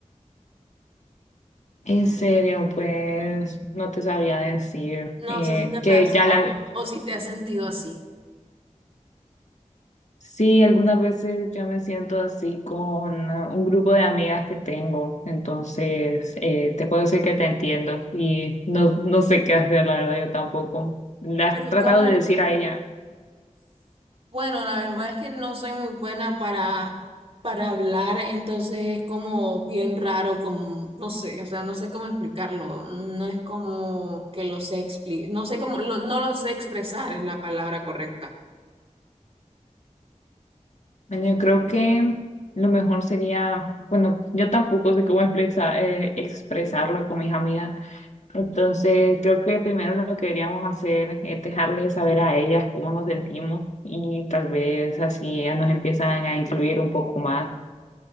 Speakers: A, on the left (about 65°); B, on the right (about 50°).
A: En serio, pues no te sabría decir
B: No
A: eh,
B: sé si te ha
A: que
B: pasado
A: ya la,
B: o si te has sentido así.
A: sí, algunas veces yo me siento así con uh, un grupo de amigas que tengo, entonces eh, te puedo decir que te entiendo y no, no sé qué hacer, la verdad, yo tampoco. ¿Le has
B: Pero
A: tratado
B: ¿cómo?
A: de decir a ella?
B: Bueno, la verdad es que no soy muy buena para, para hablar, entonces es como bien raro, como, no sé, o sea, no sé cómo explicarlo, no es como que lo sé explicar, no sé cómo, lo- no lo sé expresar es la palabra correcta.
A: Bueno, yo creo que lo mejor sería, bueno, yo tampoco sé cómo expresa- eh, expresarlo con mis amigas, entonces creo que primero lo que deberíamos hacer es dejarles saber a ellas cómo nos sentimos y tal vez así ellas nos empiezan a incluir un poco más.